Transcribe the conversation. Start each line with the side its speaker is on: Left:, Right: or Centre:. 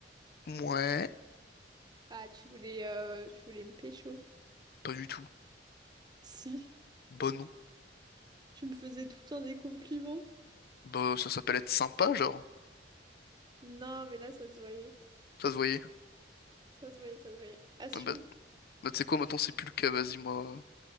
Left: Ouais,
Right: Bah, tu voulais, euh, tu voulais me pécho.
Left: pas du tout.
Right: Si,
Left: Bon, non.
Right: tu me faisais tout le temps des compliments.
Left: Bah, ça s'appelle être sympa, genre.
Right: Non, mais là, ça se voyait.
Left: Ça se voyait.
Right: Ça se voyait, ça se voyait. Assume.
Left: Ah Bah, bah tu sais quoi, maintenant c'est plus le cas, vas-y, moi,